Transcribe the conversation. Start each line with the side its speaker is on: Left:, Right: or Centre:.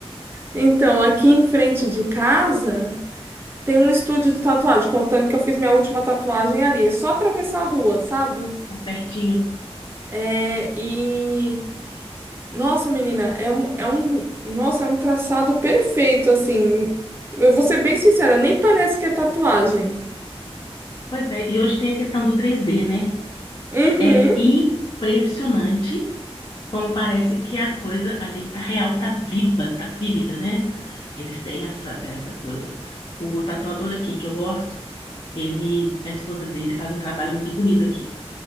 Right: Então, aqui em frente de casa tem um estúdio de tatuagem, contando que eu fiz minha última tatuagem ali. É só atravessar a rua, sabe?
Left: pertinho.
Right: É, e Nossa, menina, é um, é um, nossa, é um traçado perfeito, assim. Eu vou ser bem sincera, nem parece que é tatuagem.
Left: Pois é, e hoje tem a questão do 3D, né?
Right: Uhum,
Left: É impressionante como parece que a coisa ali tá real, tá viva, tá vívida, né? Eles têm essa, essa coisa. O tatuador aqui que eu gosto, ele, a esposa dele faz um trabalho muito bonito aqui.